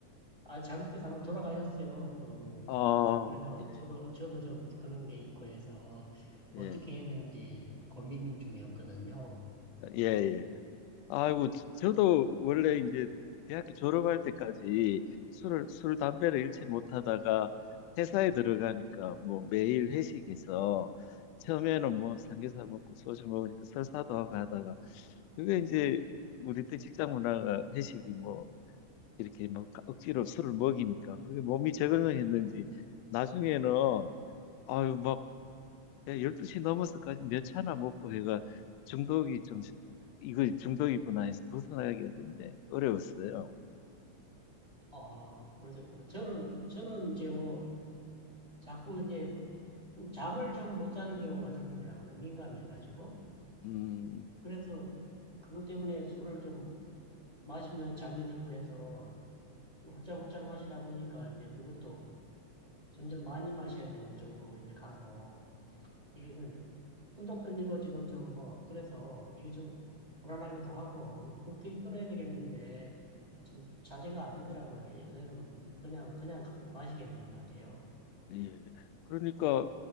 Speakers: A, on the right; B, on the left.
A: 아, 잘못해서 한번 돌아가셨어요. 그,
B: 어
A: 그래서
B: 예,
A: 저도, 저도 좀 그런 게 있고 해서 어떻게
B: 예,
A: 해야 되는지 고민 중이었거든요.
B: 아, 예, 예. 아이고, 저도 원래 이제 대학교 졸업할 때까지 술을, 술, 담배를 일체 못 하다가 회사에 들어가니까 뭐 매일 회식해서 처음에는 뭐 삼겹살 먹고 소주 먹으니까 설사도 하고 하다가 그게 이제 우리 때 직장 문화가 회식이 뭐 이렇게 뭐 억지로 술을 먹이니까 그게 몸이 적응을 했는지 나중에는 아유, 예, 12시 넘어서까지 몇 차나 먹고 해가 중독이 좀, 이거 중독이구나 해서 벗어나기가 굉장히 어려웠어요.
A: 아, 그러셨구나. 저는, 저는 이제 뭐 자꾸 이제 잠을 좀 못 자는 경우가 생기더라고요. 민감해가지고.
B: 음,
A: 그래서 그것 때문에 술을 좀 마시면 잠이 들고 해서 홀짝홀짝 마시다 보니까 이제 그것도 점점 많이 마셔야 되는 쪽으로 이제 가서 이게 좀 꿈도 떨리고 지금 좀 뭐 그래서 이게 좀 불안하기도 하고 그렇게 끊어야 되겠는데 좀 자제가 안 되더라고요. 요새는 그냥 그냥 마시게 되는 것 같아요.
B: 예. 그러니까